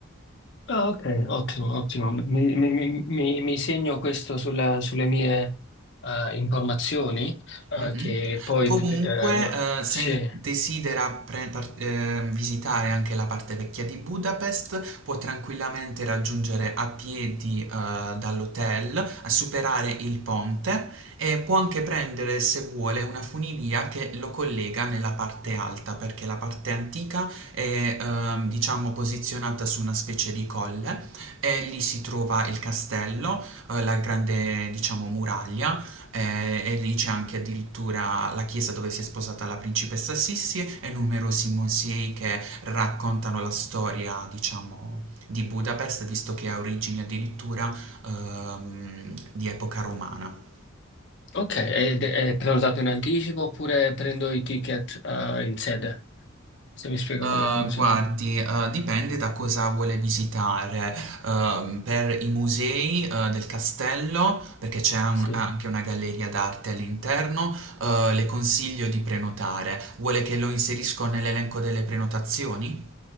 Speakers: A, on the left; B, on the right.
A: Ah, ah, ok, ottimo, ottimo. Mi, mi- mi- mi- mi segno questo sulla- sulle mie eh, informazioni, eh,
B: Mhm.
A: che poi
B: Comunque,
A: eh,
B: eh, se
A: sì.
B: desidera pre- par- eh, visitare anche la parte vecchia di Budapest, può tranquillamente raggiungere a piedi, eh, dall'hotel, a superare il ponte e può anche prendere, se vuole, una funivia che lo collega nella parte alta, perché la parte antica è, ehm, diciamo, posizionata su una specie di colle e lì si trova il castello eh, la grande, diciamo, muraglia eh, e lì c'è anche addirittura la chiesa dove si è sposata la principessa Sissi e numerosi musei che raccontano la storia, diciamo, di Budapest, visto che ha origini addirittura ehm, di epoca romana.
A: Ok, ed è prenotato in anticipo oppure prendo i ticket eh, in sede? se mi spiega
B: Eh,
A: come funziona.
B: guardi, eh, dipende da cosa vuole visitare. Eh, per i musei, eh, del castello, perché c'è un-
A: Sì,
B: anche una galleria d'arte all'interno, eh, le consiglio di prenotare. Vuole che lo inserisco nell'elenco delle prenotazioni?